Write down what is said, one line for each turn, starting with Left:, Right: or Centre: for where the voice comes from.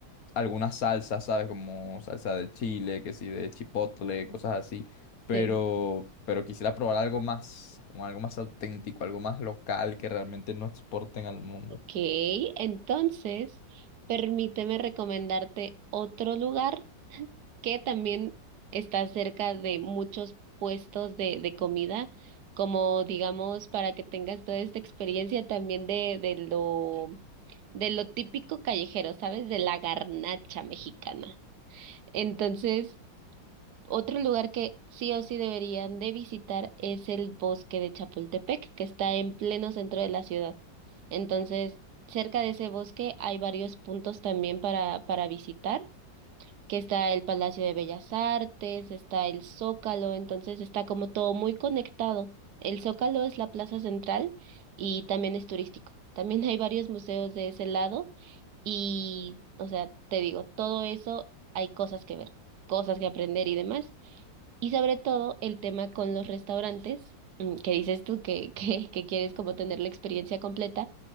Left: algunas salsas, ¿sabes? Como salsa de chile, que sí, de chipotle, cosas así, pero,
Right: Sí.
Left: pero quisiera probar algo más, como algo más auténtico, algo más local que realmente no exporten al mundo.
Right: Ok, entonces, permíteme recomendarte otro lugar que también está cerca de muchos puestos de, de comida, como digamos, para que tengas toda esta experiencia también de, de lo, de lo típico callejero, ¿sabes? De la garnacha mexicana. Entonces, otro lugar que sí o sí deberían de visitar es el bosque de Chapultepec, que está en pleno centro de la ciudad. Entonces, cerca de ese bosque hay varios puntos también para, para visitar que está el Palacio de Bellas Artes, está el Zócalo, entonces está como todo muy conectado. El Zócalo es la plaza central y también es turístico. <laughs> También hay varios museos de ese lado y, o sea, te digo, todo eso hay cosas que ver, cosas que aprender y demás. Y sobre todo el tema con los restaurantes, mm, que dices tú que, <laughs> que, que quieres como tener la experiencia completa,